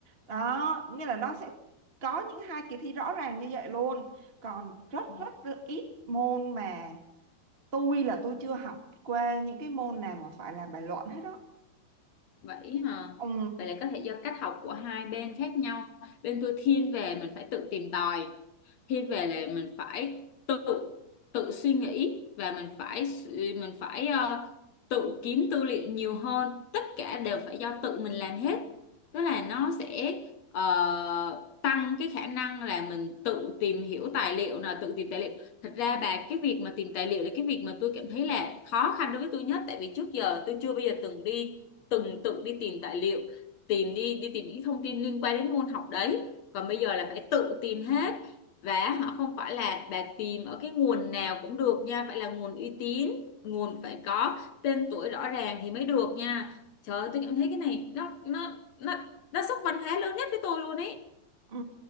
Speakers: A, on the right; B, on the left.
A: đó nghĩa là nó sẽ có những hai kỳ thi rõ ràng như vậy luôn còn rất
B: Ừ.
A: rất ít môn mà tôi là tôi chưa học qua những cái môn nào mà phải làm bài luận hết đó
B: Vậy hả?
A: ừ
B: Vậy là có thể do cách học của hai bên khác nhau. Bên tôi thiên về mình phải tự tìm tòi. Thiên về là mình phải tự tự suy nghĩ và mình phải s- mình phải ờ, tự kiếm tư liệu nhiều hơn. Tất cả đều phải do tự mình làm hết. Tức là nó sẽ ờ, tăng cái khả năng là mình tự tìm hiểu tài liệu là tự tìm tài liệu. Thật ra bà cái việc mà tìm tài liệu là cái việc mà tôi cảm thấy là khó khăn đối với tôi nhất tại vì trước giờ tôi chưa bao giờ từng đi từng tự đi tìm tài liệu tìm đi đi tìm những thông tin liên quan đến môn học đấy còn bây giờ là phải tự tìm hết và họ không phải là bà tìm ở cái nguồn nào cũng được nha phải là nguồn uy tín nguồn phải có tên tuổi rõ ràng thì mới được nha trời ơi, tôi cảm thấy cái này nó nó nó nó sốc văn hóa lớn nhất với tôi luôn ấy
A: Ừ,